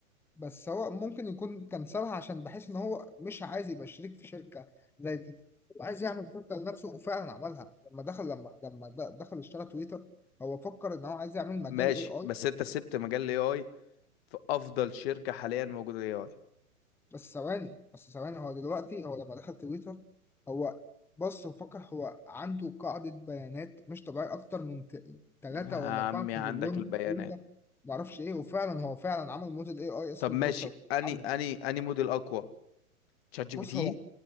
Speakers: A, in the centre; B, on the left.
A: بس هو ممكن يكون كان سابها عشان بحيث ان هو مش عايز يبقى شريك في شركه زي دي هو عايز يعمل شركه لنفسه وفعلا عملها لما دخل لما لما د- دخل اشترى تويتر هو فكر ان هو عايز يعمل مجال
B: ماشي
A: اي اي
B: بس انت سبت مجال الاي اي في افضل شركه حاليا موجوده الاي اي
A: بس ثواني بس ثواني هو دلوقتي هو لما دخل تويتر هو بص وفكر هو عنده قاعدة بيانات مش طبيعية أكتر من ثلاثة
B: يا عمي
A: ولا أربعة تريليون
B: عندك البيانات
A: تويتر معرفش إيه وفعلا هو فعلا عمل موديل إي آي اسمه
B: طب ماشي
A: جروكلت
B: اني
A: عمل
B: اني اني موديل اقوى تشات جي بي
A: بص
B: تي
A: هو